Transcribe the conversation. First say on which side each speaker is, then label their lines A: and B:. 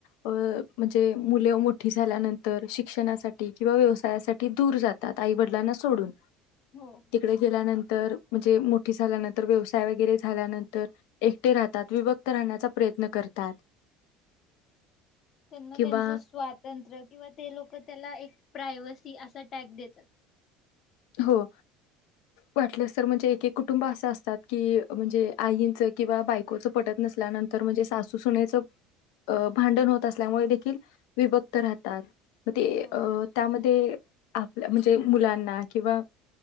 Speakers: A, on the left; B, on the left.
A: अ म्हणजे मुलं मोठी झाल्यानंतर शिक्षणासाठी किंवा व्यवसायासाठी दूर जातात आई वडिलांना सोडून
B: हो.
A: तिकडे गेल्यानंत तर म्हणजे मोठी झाल्यानंतर व्यवसाय वगैरे झाल्यानंतर एकटे राहतात विभक्त राहण्याचा प्रयत्न करतात.
B: त्यांना
A: किंवा
B: त्यांचं स्वातंत्र्य किंवा ते लोक त्याला एक प्रायवसी असा टॅक् देतात.
A: हो वाटलंच तर म्हणजे एक एक कुटुंब असं असतात कि म्हणजे आईंचं किंवा बायकोचं पटत नसल्यानंतर म्हणजे सासूसनेचं अ भांडण होत असल्यामुळे देखील विभक्त राहतात. मग ते
B: हो
A: त्यामध्ये ते आपल्या म्हणजे मुलांना किंवा